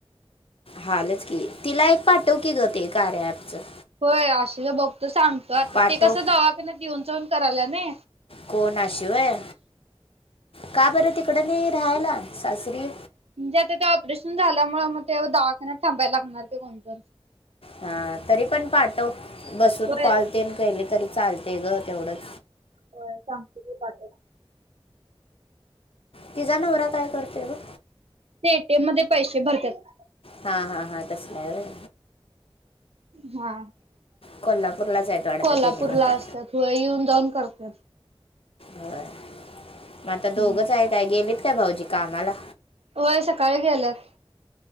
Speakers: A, on the left; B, on the right.
A: हालच की. तिला एक पाठव की ग ते कार्य अँप च
B: होय आशुला बघतो सांगतो आता.
A: पाठव
B: ते कसं दवाखाना देऊन जाऊन करायला न.
A: कोणाशिवाय का बरं तिकड नाही राहायला सासरी?
B: म्हणजे आता ते ऑपरेशन झाल्यामुळे मग ते दवाखान्यात थांबायला लागणार ते कोणत.
A: हा तरी पण पाठव. बसून
B: होय
A: कॉलतेन केहिले तरी चालते ग तेवढंच.
B: हो सांगत बी पाठ
A: ति जा नवरा काय करतेय ग?
B: ते एटीएम मध्ये पैसे भरतात.
A: हा हा हा तसं हाय व्हय.
B: हा
A: कोल्हापूरलाच आहेत वाटतं
B: कोल्हापूर
A: त्यांनी पण
B: ला
A: काय
B: असतात व येऊन जाऊन करतात.
A: हो मग आता दोघच
B: हम्म.
A: आहे काय गेलेत काय भाऊजी कामाला?
B: होय सकाळी गेलात.